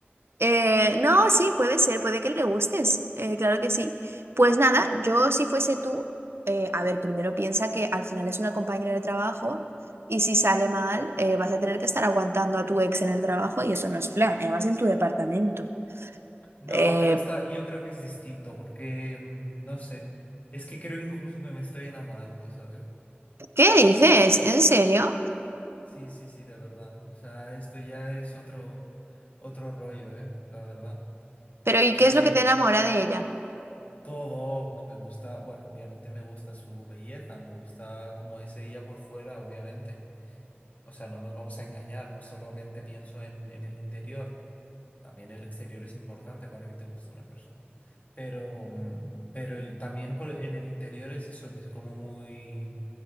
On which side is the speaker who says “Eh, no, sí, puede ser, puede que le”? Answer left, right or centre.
Right